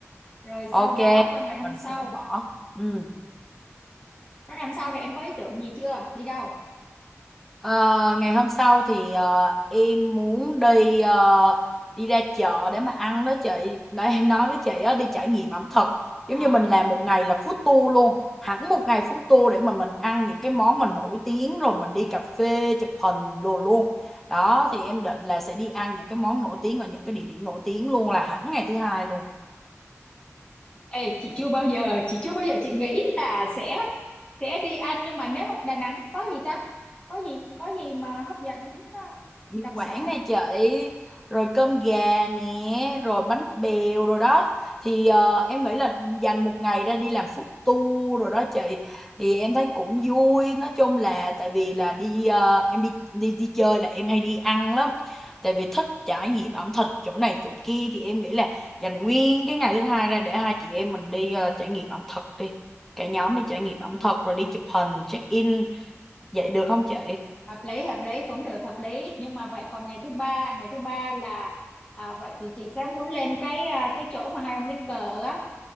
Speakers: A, on the left; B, in the centre.
A: rồi sau
B: ok
A: đó qua ngày hôm
B: mình
A: sau
B: sẽ bỏ ừ
A: nó làm sao thì em có ý tưởng gì chưa đi đâu
B: Ờ, ngày hôm sau thì ờ, em muốn đi ờ, đi ra chợ để mà ăn đó chị. Để em nói với chị á, đi trải nghiệm ẩm thực. Giống
A: à
B: như mình làm một ngày là food tour luôn. Hẳn một ngày food tour để mà mình ăn những cái món mình nổi tiếng rồi mình đi cà phê chụp hình đồ luôn. Đó thì em định là sẽ đi ăn những cái món nổi tiếng ở những cái địa điểm nổi tiếng luôn là hẳn ngày thứ hai luôn.
A: ê chị chưa bao giờ chị chưa bao giờ chị nghĩ là sẽ sẽ đi ăn nhưng mà nếu Đà Nẵng có gì ta có gì có gì mà hấp dẫn à,
B: mì
A: đặc
B: Quảng
A: sản
B: nè chị rồi cơm gà nè rồi bánh bèo rồi đó thì ờ, em nghĩ là dành một ngày ra đi làm food tour rồi đó chị thì em thấy cũng vui nói chung là tại vì là đi ờ, em đi đi đi chơi là em hay đi ăn lắm tại vì thích trải nghiệm ẩm thực chỗ này chỗ kia thì em nghĩ là dành nguyên cái ngày thứ hai ra để hai chị em mình đi ờ, trải nghiệm ẩm thực đi cả nhóm đi trải nghiệm ẩm thực rồi đi chụp hình check in vậy được không chị
A: hợp lý hợp lý cũng được hợp lý nhưng mà vậy còn ngày thứ ba ngày thứ ba là à, vậy thì chị sẽ muốn lên cái à, cái chỗ mà hai ông đánh cờ á